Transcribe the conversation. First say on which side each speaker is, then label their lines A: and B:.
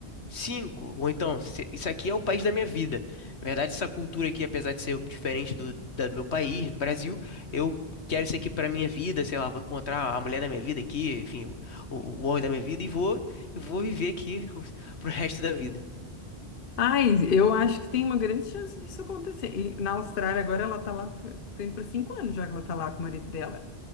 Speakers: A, on the left; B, on the left.
A: cinco, ou então, se- isso aqui é o país da minha vida. Na verdade, essa cultura aqui, apesar de ser diferente do, da do meu país, do Brasil, eu quero isso aqui pra minha vida, sei lá, vou encontrar a mulher da minha vida aqui, enfim, o, o o homem da minha vida e vou, e vou viver aqui <laughs> pro resto da vida.
B: Ai, eu acho que tem uma grande chance disso acontecer. E na Austrália, agora ela tá lá, tá indo para cinco anos já que ela tá lá com o marido dela.